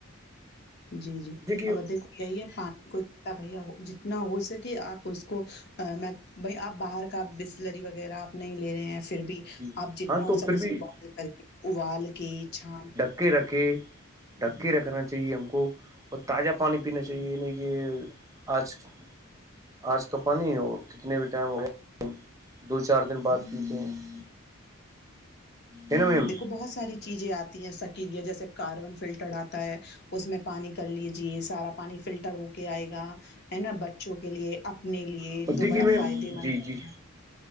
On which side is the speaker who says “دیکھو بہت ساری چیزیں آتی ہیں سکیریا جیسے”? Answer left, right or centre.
Left